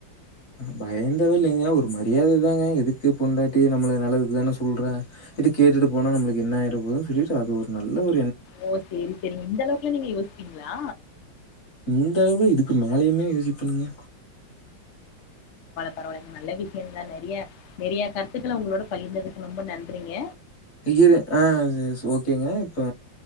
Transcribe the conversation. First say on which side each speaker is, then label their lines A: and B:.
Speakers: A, on the left; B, on the left.
A: ம் பயந்தவ இல்லைங்க ஒரு மரியாததாங்க எதுக்கு பொண்டாட்டி நம்மள நல்லதுக்குதான சொல்றா இது கேட்டுட்டு போனா நம்மளுக்கு என்ன ஆயிற போதுன்னு சொல்லிட்டு அது ஒரு நல்ல ஒ
B: ஓ சேரி சேரிங்க இந்த அளவுக்கல்லா நீங்க யோசி ப்பீங்களா?
A: இந்த அளவுக்கு இதுக்கு மேலயுமே யோசிப்பனுங்க
B: பரவால்லைங்க நல்ல விஷயந்தா நெறைய நெறைய கருத்துக்கள உங்களோட பகிர்ந்ததுக்கு ரொம்ப நன்றிங்க
A: இது ஆ சே ஸ் ஓகேங்க இப்ப